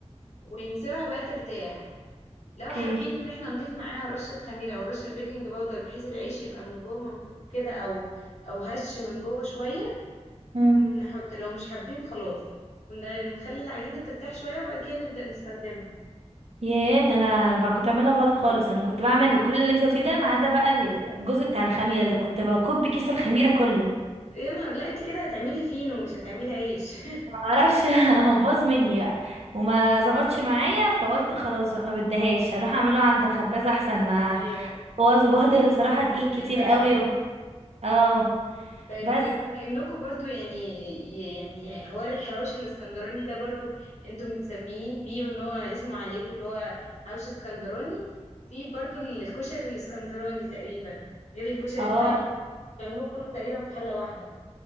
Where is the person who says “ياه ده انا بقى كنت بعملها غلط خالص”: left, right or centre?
Right